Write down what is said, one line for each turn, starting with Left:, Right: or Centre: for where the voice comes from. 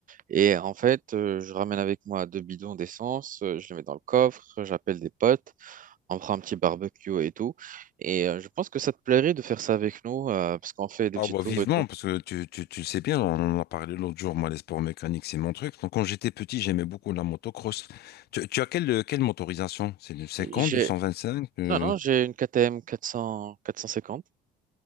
Right: Et en fait, euh, je ramène avec moi deux bidons d'essence, euh, je les mets dans le coffre, j'appelle des potes, on prend un petit barbecue et tout. Et euh, je pense que ça te plairait de faire ça avec nous, euh, parce qu'on fait des petits
Left: Ah bah
Right: tours
Left: vivement,
Right: et tout.
Left: parce que tu, tu, tu le sais bien, on en a parlé l'autre jour, moi les sports mécaniques c'est mon truc. Donc quand j'étais petit j'aimais beaucoup la motocross. Tu, tu as quelle, quelle motorisation? C'est du 50
Right: J'ai...
Left: du 125? euh,
Right: Non, non, j'ai une KTM 400... 450.